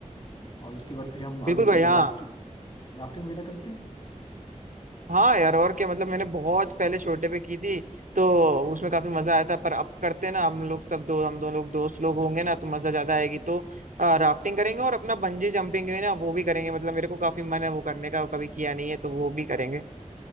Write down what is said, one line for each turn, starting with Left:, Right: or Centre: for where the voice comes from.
Left: और उसके बाद फिर हम आगे
Right: बिल्कुल भाई
Left: जो
Right: हाँ
Left: राफ्टिंग राफ्टिंग वगैरह करते हैं
Right: हाँ यार और क्या मतलब मैंने बहुत पहले छोटे पे की थी तो उसमें काफी मजा आया था पर अब करते हैं ना हम लोग सब दो हम दोनों लोग दोस्त लोग होंगे ना तो मजा ज्यादा आएगी तो राफ्टिंग करेंगे और अपना बंजी जंपिंग है ना वो भी करेंगे मतलब मेरे को काफी मन है वो करने का वो कभी किया नहीं है तो वो भी करेंगे